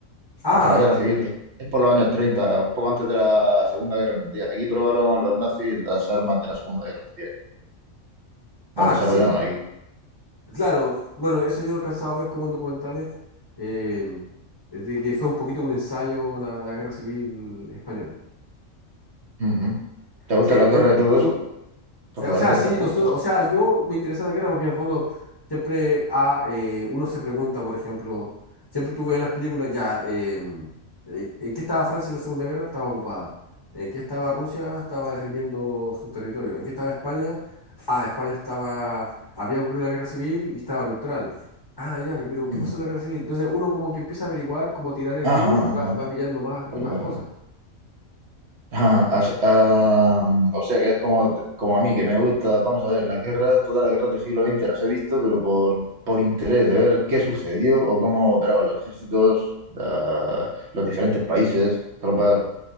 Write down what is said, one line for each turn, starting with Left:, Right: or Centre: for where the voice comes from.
Left: ah,
Right: hasta la guerra civil, que es por los años 30 un poco antes de la Segunda Guerra Mundial. Aquí probaron los nazis las armas de la Segunda Guerra Mundial. Las
Left: ah,
Right: desarrollaron
Left: ah, sí.
Right: aquí.
Left: Claro, bueno, eso yo he alcanzado a ver como en documentales, eh, es de que fue un poquito un ensayo la, la Guerra Civil Española.
Right: Ujú, ujú. ¿Te gustan
Left: Sí,
Right: las guerras
Left: eh,
Right: y todo eso? Porque
Left: Eh, O
Right: parece
Left: sea,
Right: que
Left: sí,
Right: estás puesto.
Left: nosotros, o sea, yo me interesa la guerra porque en el fondo siempre ah, eh, uno se pregunta, por ejemplo, siempre tú ves las películas, ya, em, eh, ¿en qué estaba Francia en la Segunda Guerra? Estaba ocupada. ¿En qué estaba Rusia? Estaba defendiendo su territorio. ¿En qué estaba España? Ah, España estaba, había ocurrido la guerra civil y estaba neutral. Ah, ya, y pero ¿qué
Right: Ujú.
Left: pasó en la guerra civil? Entonces uno como que empieza a averiguar, como tirar el
Right: Ajá,
Left: hilo y va,
Right: ajá.
Left: va pillando más y
Right: Vale,
Left: más
Right: vale,
Left: cosas.
Right: vale. Ajá, as- ah, mm, o sea que es como, como a mí, que me gusta, vamos a ver, las guerras, todas las guerras del siglo XX las he visto, pero por, por interés de ver qué sucedió o cómo operaban los ejércitos, ah, los diferentes países, tropas